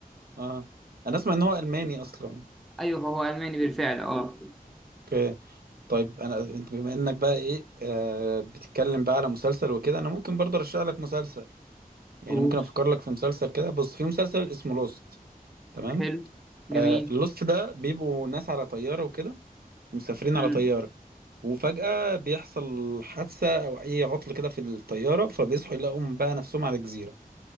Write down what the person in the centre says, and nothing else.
ايوه هو الماني بالفعل اه
اوه
حلو جميل
مم.